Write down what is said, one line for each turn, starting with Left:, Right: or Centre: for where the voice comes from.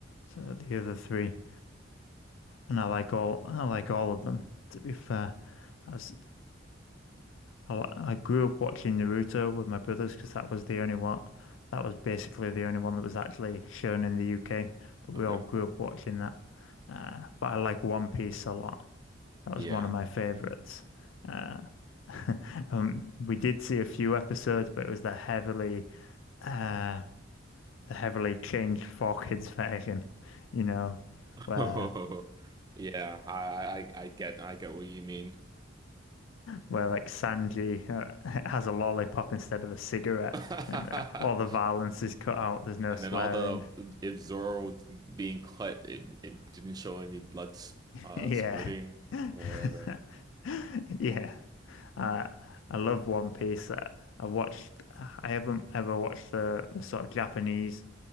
Left: So the other three, and I like all I like all of them. To be fair, as I, I grew up watching Naruto with my brothers because that was the only one that was basically the only one that was actually shown in the UK. But
Right: okay.
Left: we all grew up watching that. Uh, but I like One Piece a lot. That
Right: Yeah.
Left: was one of my
Right: <laughs>
Left: favorites. Uh, <laughs> Um, we did see a few episodes, but it was the heavily, uh, the heavily changed for kids version, you know, where
Right: Oh, Yeah, I, I, I I get, I get what you mean.
Left: where like Sanji uh, <laughs> has a lollipop instead of a cigarette,
Right: <laughs>
Left: and uh, all the violence is cut out. There's no
Right: And
Left: swearing.
Right: then all the
Left: <laughs>
Right: if Zoro was being cut, it, it didn't show any blood, uh,
Left: Yeah,
Right: spurting or whatever.
Left: <laughs> yeah. Uh, I love One Piece. Uh, I watched. I haven't ever watched the the sort of Japanese